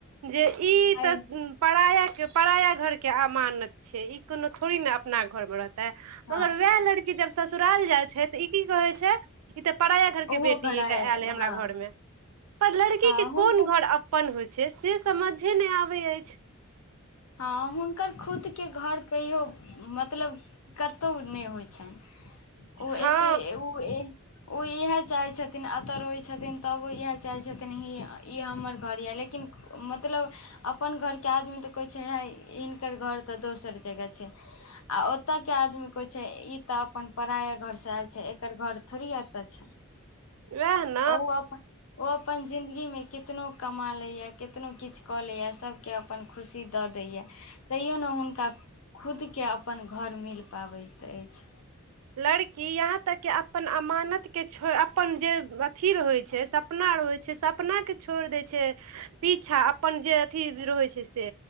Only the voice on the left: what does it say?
हय
हँ
ओहो
घड़ा
हँ
हँ
हुनका
हँ हुनकर खुद के घर कहियो मतलब कतहु नय होइ छनि ओ
एते उ ए ओ इएह चाहै छथिन अतऽ रहै छथिन तबो इएह चाहै छथिन ई हमर घर यऽ लेकिन मतलब अपन घर के आदमी तऽ कहय छनि हिनकर घर तऽ दोसर जगह छै आ ओत के आदमी छै ई तऽ अपन पराया घर सँ आयल छै एकर घर थोड़ी एतऽ छै
ओ अपन ओ अपन जिन्दगी मे केतनो कमा लैएा केतनो किछ कऽ लैएा सबके अपन खुशी दऽ दैये तैयो ने हुनका खुदके अपन घर मिल पाबैत ऐछ